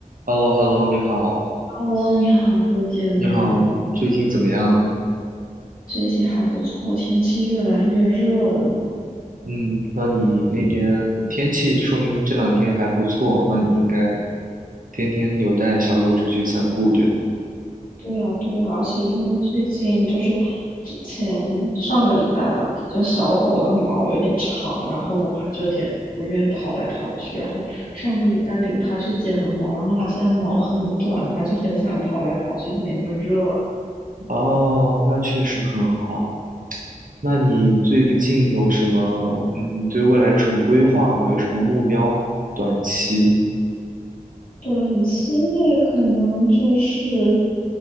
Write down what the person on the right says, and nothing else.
h e l l o h e l l o 你好，
你好，最近怎么样？
嗯，那你那边天气说明这两天还不错，那你应该天天有带小狗出去散步，对吗？
哦，那确实很好。那你最近有什么，嗯，对未来有什么规划吗？有什么目标吗？短期，